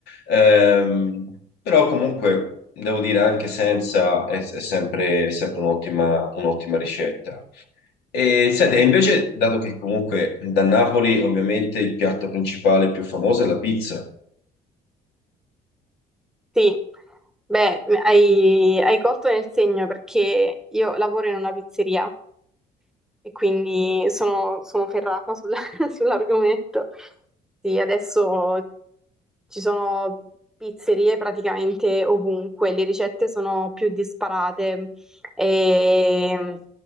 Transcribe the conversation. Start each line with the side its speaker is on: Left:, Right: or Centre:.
Left: Ehm, però comunque devo dire anche senza è, è sempre, è sempre un'ottima un'ottima ricetta. E senti, e invece, dato che comunque da Napoli ovviamente il piatto principale più famoso è la pizza,
Centre: Sì, beh, hai, hai colto nel segno perché io lavoro in una pizzeria e quindi sono, sono ferrata sulla- <laughs> sull'argomento. Sì, adesso ci sono pizzerie praticamente ovunque, le ricette sono più disparate, e-